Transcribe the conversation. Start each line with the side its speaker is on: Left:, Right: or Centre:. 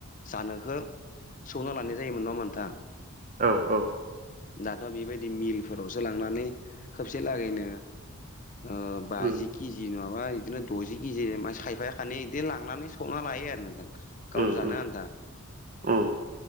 Left: जानोखो सौना लानाय जायोमोन नङा होनबा नोंथां?
Right: औ औ
Left: दाथ' बेबायदि मिलफोरावसो लांनानै खबसे लागैनो ओ बाजि
Right: उम
Left: किजि नङाबा बिदिनो द'जि किजि खायफाया खानै इदि लांनानै सौना लायो आरो नोंथां। गाव
Right: उम
Left: जानो
Right: उम
Left: आनथा
Right: उम